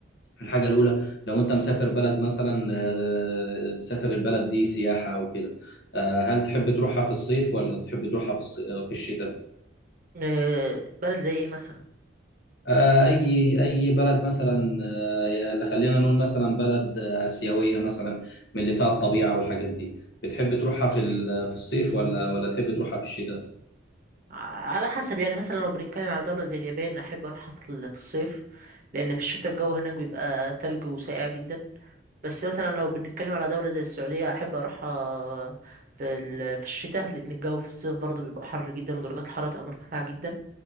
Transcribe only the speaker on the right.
آه، بلد زي ايه مثلا
على حسب يعني مثلا لو بنتكلم على دولة زي اليابان أحب أروحها في ال- في الصيف لأن في الشتاء الجو هناك بيبقى تلج وساقع جدا بس مثلا لو بنتكلم على دولة زي السعودية أحب أروحها في ال- في الشتاء لأن الجو في الصيف برضه بيبقى حر جدا ودرجات الحرارة تبقى مرتفعة جدا